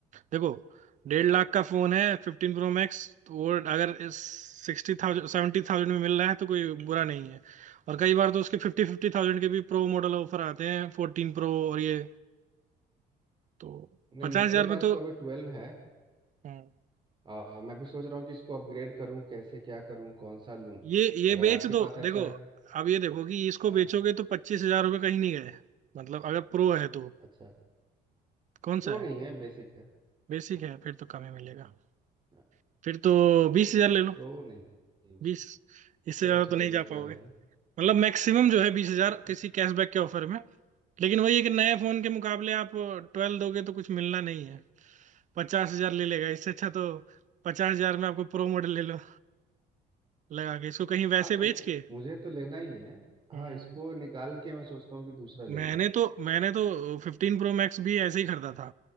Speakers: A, on the right; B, on the right.
A: देखो डेढ़ लाख का फोन है 15 प्रो मैक्स तो वो अगर सिक्सटी थाउजेंड सेवेंटी थाउजेंड में मिल रहा है तो कोई बुरा नहीं है और कई बार तो उसके फिफ्टी फिफ्टी थाउजेंड के भी प्रो मॉडल ऑफर आते हैं 14 प्रो और ये तो
B: नहीं
A: पचास
B: मेरे
A: हजार में
B: पास
A: तो
B: तो अभी ट्वेल्व है
A: हम्म,
B: अ, मैं भी सोच रहा हूँ कि इसको अपग्रेड करूँ कैसे क्या करूँ कौन सा लूँ
A: ये ये
B: अगर
A: बेच
B: आपके
A: दो
B: पास ऐसा
A: देखो अब ये देखो कि इसको
B: हाँ
A: बेचोगे तो पच्चीस हजार रुपये कहीं नहीं गए मतलब अगर प्रो है तो
B: अच्छा
A: कौन
B: प्रो
A: सा
B: नहीं
A: है
B: है बेसिक है
A: बेसिक है फिर तो कम ही मिलेगा
B: हाँ,
A: फिर तो बीस हजार ले लो
B: प्रो नहीं है उसके
A: बीस इससे
B: चलो
A: ज्यादा
B: ठीक
A: तो नहीं
B: है
A: जा
B: बीस हज़ार
A: पाओगे
B: हो गए
A: मतलब मैक्सिमम जो है बीस हजार
B: ठीक है
A: किसी कैशबैक के ऑफर में लेकिन वही है कि नए फोन के मुकाबले आप ट्वेल्व दोगे तो कुछ मिलना नहीं है पचास हजार ले लेगा इससे अच्छा तो पचास हजार में आपको प्रो मॉडल ले लो लगा के इसको कहीं वैसे
B: हाँ तो
A: बेच के
B: मुझे तो लेना ही है हाँ
A: हम्म,
B: इसको निकाल के मैं सोचता हूँ कि दूसरा ले
A: मैंने
B: लूँ
A: तो मैंने तो फिफ्टीन प्रो मैक्स भी ऐसे ही खरीदा था